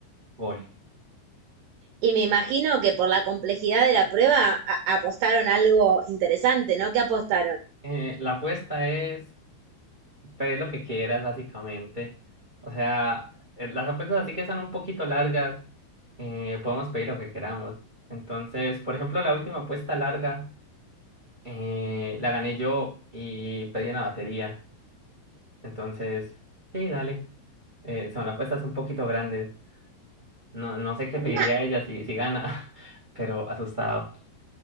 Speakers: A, on the right; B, on the right.
A: gol.
B: Y me imagino que por la complejidad de la prueba a- apostaron algo interesante, ¿no? ¿Qué apostaron?
A: Eh, la apuesta es, pedir lo que quieras, básicamente. O sea, eh, las apuestas así que son un poquito largas, eh, podemos pedir lo que queramos. Entonces, por ejemplo, la última apuesta larga. Eh, la gané yo y pedí una batería. Entonces, sí, dale. Eh, son apuestas un poquito grandes. No, no sé qué
B: ¿Una,
A: pediría ella si, si gana, <laughs> pero asustado.